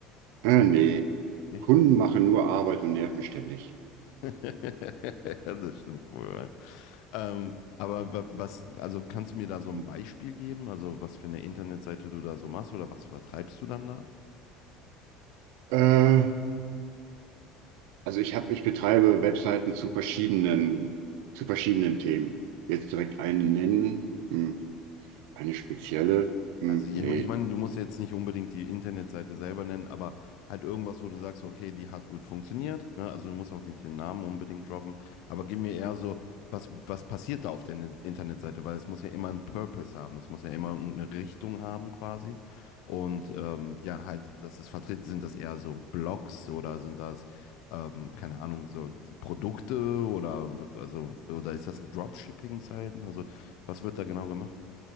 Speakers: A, on the right (about 75°); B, on the left (about 65°).
A: Äh, nee,
B: Nicht?
A: Kunden machen nur Arbeit und nerven ständig.
B: <laughs> Das stimmt wohl. ja. Ähm, aber wa- was, also kannst du mir da so ein
A: Hm.
B: Beispiel geben? Also was für eine Internetseite du da so machst oder was vertreibst du dann da?
A: Äh, also ich habe, ich betreibe Webseiten zu verschiedenen, zu verschiedenen Themen. Jetzt direkt eine nennen, hm, eine spezielle, hm,
B: Also ich,
A: nee.
B: ich meine, du musst jetzt nicht unbedingt die Internetseite selber nennen, aber halt irgendwas, wo du sagst, okay, die hat gut funktioniert, ne? Also du musst auch nicht den Namen unbedingt droppen, aber gib mir eher so, was, was passiert da auf der Net- Internetseite, weil es muss ja immer einen Purpose haben, es muss ja immer irgendeine Richtung haben quasi. Und ähm, ja, halt, dass es vertreten, sind das eher so Blogs oder sind das, ähm, keine Ahnung, so Produkte oder also, oder ist das ein Dropshipping-Seiten? Also was wird da genau gemacht?